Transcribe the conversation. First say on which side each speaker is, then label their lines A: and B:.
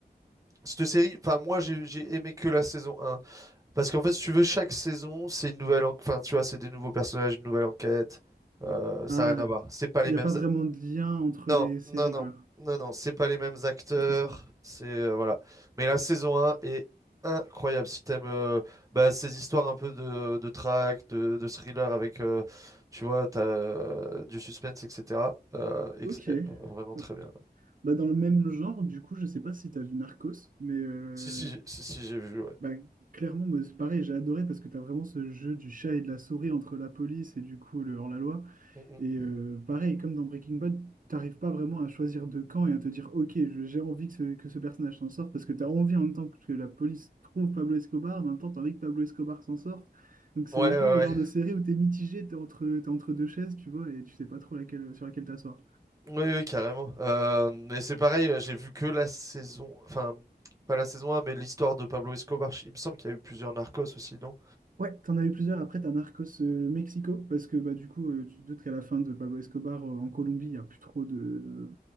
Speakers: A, on the right; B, on the right.
A: cette série, enfin moi j'ai j'ai aimé que la saison un, parce qu'en fait si tu veux chaque saison c'est une nouvelle, en- enfin tu vois c'est des nouveaux personnages, une nouvelle enquête. Euh, ça
B: Ah,
A: n'a rien à voir. C'est pas les
B: il n'y
A: mêmes,
B: a pas vraiment de lien entre
A: Non,
B: les séries,
A: non, non,
B: quoi.
A: non, non, c'est pas les mêmes acteurs,
B: Entre les saisons.
A: c'est euh, voilà. Mais la saison 1 est incroyable. Si t'aimes euh, bah, ces histoires un peu de, de track, de, de thriller avec, euh, tu vois, t'as euh, du suspense, etc. euh, ex-
B: Ok.
A: euh, vraiment très
B: Hop.
A: bien.
B: Bah, dans le même genre, du coup, je sais pas si tu as vu Narcos, mais euh,
A: Si, si, si, si, j'ai vu, ouais.
B: bah, clairement, moi, c'est pareil, j'ai adoré parce que tu as vraiment ce jeu du chat et de la souris entre la police et du coup le hors-la-loi.
A: Mm,
B: Et
A: mm.
B: euh, pareil, comme dans Breaking Bad, t'arrives pas vraiment à choisir de camp et à te dire, ok, je- j'ai envie que ce, que ce personnage s'en sorte, parce que t'as envie en même temps que la police trouve Pablo Escobar, en même temps t'as envie que Pablo Escobar s'en sorte. Donc c'est
A: Ouais,
B: un
A: ouais,
B: peu le genre
A: ouais.
B: de série où t'es mitigé, t'es entre, t'es entre deux chaises, tu vois, et tu sais pas trop laquelle, sur laquelle t'asseoir.
A: Oui, oui, carrément. Euh, mais c'est pareil, euh, j'ai vu que la saison, enfin, pas la saison 1, mais l'histoire de Pablo Escobar. Il me semble qu'il y a eu plusieurs Narcos aussi, non?
B: Ouais, t'en as eu plusieurs après, t'as Narcos euh, Mexico, parce que bah, du coup, euh, tu te doutes qu'à la fin de Pablo Escobar euh, en Colombie, il n'y a plus trop de.